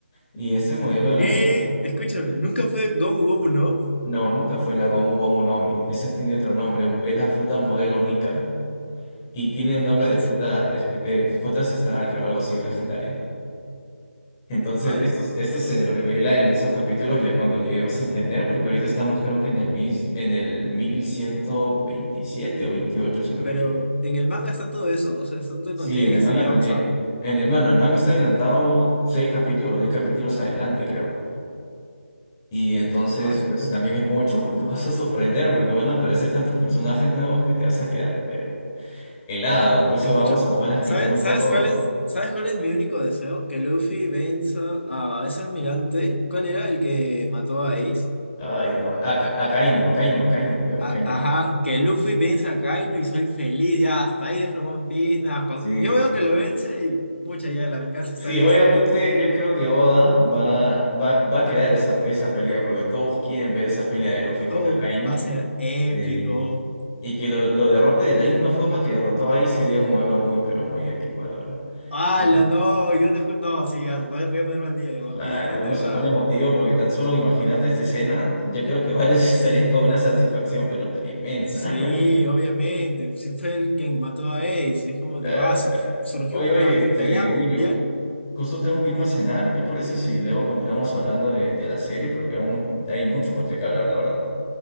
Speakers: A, on the left (about 15°); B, on the left (about 55°).
A: Y ese modelo de la
B: Y
A: fruta,
B: escúchame, nunca fue Gomu Gomu, ¿no?
A: no, nunca fue la Gomu Gomu Nomi, esa tiene otro nombre, es la fruta modelo Nika, y tiene un nombre
B: Ah,
A: de fruta,
B: sí.
A: espe- eh, fruta ancestral, creo, algo así, o legendaria. Entonces,
B: Hola.
A: esto, esto se revela en esos capítulos ya cuando llegue vas a entender, porque ahorita estamos creo que en el, mis, en el 1127 o 28 si no me
B: Pero
A: equivoco.
B: en el manga está todo eso, o sea, está todo el
A: Sí,
B: contexto
A: en el manga
B: ya
A: también.
B: avanzado.
A: En el, bueno, el manga está adelantado 6 capítulos, 10 capítulos adelante, creo. Y entonces,
B: Ah, su
A: pues
B: madre.
A: también es mucho, <laughs> te vas a sorprender porque van a aparecer tantos personajes nuevos que te vas a quedar, pero helado. Incluso
B: Escúchame,
A: vamos a, van a explicar
B: ¿sabes,
A: un
B: sabes
A: poco.
B: cuál es, sabes cuál es mi único deseo? Que Luffy venza a ese almirante. ¿Cuál era el que mató a Ace?
A: Ay, no, a, Ca- a Kainu, a Kainu, a Kainu, creo,
B: A-
A: a Kainu.
B: ajá, que Luffy venza a Kaino y soy feliz, ya, hasta ahí dejo One Piece, nada, pa-
A: Sí,
B: yo veo que lo vence y pucha, ya, la venganza está
A: Sí,
B: lista.
A: obviamente yo creo que Oda va, va, va a crear esa, esa pelea, porque todos quieren ver esa pelea de Luffy contra
B: Todo
A: Kaino.
B: va a ser épico.
A: eh, y que lo, lo derrote de la misma forma que derrotó ahí sería un duelo muy, pero muy épico, la verdad.
B: ¡Hala,
A: Pero,
B: no! Yo te juro, no, sí, ya, voy voy a ponerme al día de One
A: Claro,
B: Piece, de
A: uno
B: de verdad.
A: se pone emotivo porque tan solo imaginarte esta escena, yo creo que varios <laughs> estarían con una satisfacción, pero tremenda.
B: Sí,
A: <laughs>
B: obviamente. Sí fue el quien mató a Ace. Y es como
A: Claro,
B: que, ah, su-
A: claro.
B: surgió
A: Oye,
B: una
A: oye, este,
B: pelea
A: Emilio,
B: mundial.
A: justo tengo que irme a cenar. ¿Qué parece si luego continuamos hablando de, de la serie? Porque aún hay mucho por qué hablar, la verdad.